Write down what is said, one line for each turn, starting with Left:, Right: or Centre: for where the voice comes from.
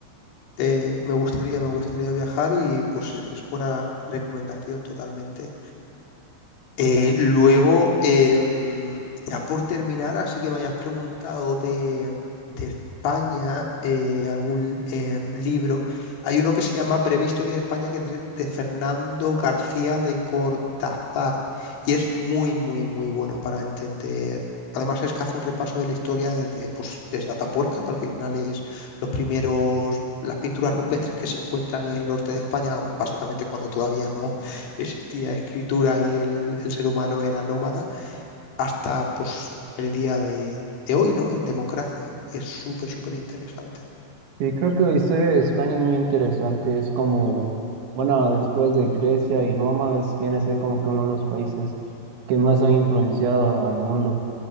Left: Eh, me gustaría, me gustaría viajar y pues es buena recomendación totalmente. Eh, luego, em, ya por terminar, así que me hayas preguntado de, em, de España, eh, algún em, libro. Hay uno que se llama Breve Historia de España, que es de, de Fernando García de Cortázar, y es muy, muy, muy bueno para entender. Además, es que hace un repaso de la historia desde, pues, desde Atapuerca, que al final es los primeros, las pinturas rupestres que se encuentran en el norte de España, vamos, básicamente cuando todavía no existía escritura y el, el ser humano era nómada hasta pues, el día de, de hoy, ¿no? En democracia. Y es súper, súper interesante.
Right: Sí, creo que la historia de España es muy interesante. Es como, bueno, después de Grecia y Roma, es- viene a ser como que uno de los países que más han influenciado al mundo.